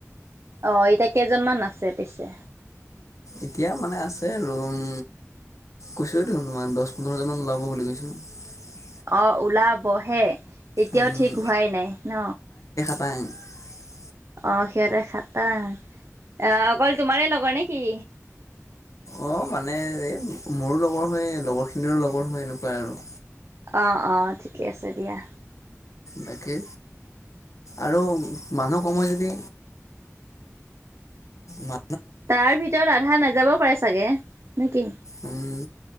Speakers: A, on the right (about 60°); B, on the left (about 80°).
A: অঁ এতিয়া কেইজনমান আছে পিছে।
B: এতিয়া মানে আছে আৰু উম কৈছোই দেখোন তোমাৰ দহ পোন্ধৰজন ওলাব বুলি কৈছো। <unintelligible>
A: অঁ ওলাবহে এতিয়াও
B: উম
A: ঠিক হোৱাই নাই ন।
B: <unintelligible>
A: অঁ সিহঁতে খাতা অহ অকল তোমাৰে লগৰ নেকি।
B: অ মানে এই মোৰো লগৰ হয় লগৰখিনিৰো লগৰ হয় এনেকুৱাই আৰু।
A: অঁ অঁ ঠিকে আছে দিয়া।
B: বাকী আৰু মানুহকম হয় যদি। মা।
A: তাৰ ভিতৰত আধা নাযাব পাৰে চাগে নেকি।
B: উম